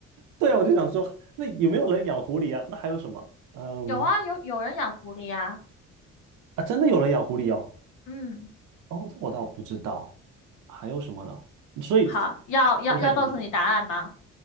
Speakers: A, on the right; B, on the left.
A: 对，啊，我就想说，那有没有人养狐狸啊？那还有什么？嗯，
B: 有啊，有有人养狐狸啊。
A: 啊，真的有人养狐狸哦。
B: 嗯，
A: 哦，这我倒不知道。还有什么呢？所以，
B: 好，要要要告诉你答案吗？
A: 而且太就是狐，